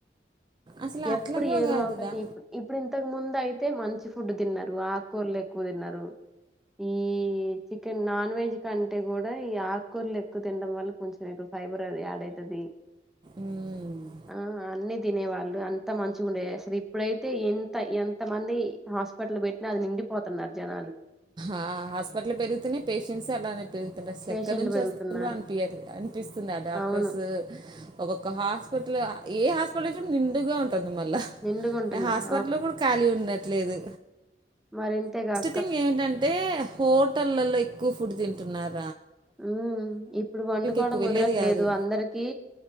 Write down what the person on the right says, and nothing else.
అసలు
అట్లా కూడా
కాదురా
ఉమ్.
ఆ హాస్పిటల్ పెరుగుతూన్నయి పేషెంట్స్ అలానే పెరుగుతున్నరు అసలు
ఎక్కడ నుంచి
వస్తున్రో అనిపి అనిపిస్తుంది ఆ డాక్టర్స్
ఒక్కొక్క హాస్పిటల్ ఏ హాస్పిటల్ చూడు నిండుగా ఉం టుంది మళ్ళా
హాస్పిటల్ లో కూడా ఖాళీ ఉండట లేదు
థింగ్ ఏంటంటే హోటల్ లలో ఎక్కువ ఫుడ్ తింటున్నారు
ఎక్కువ వెళ్ళేది
కాదు.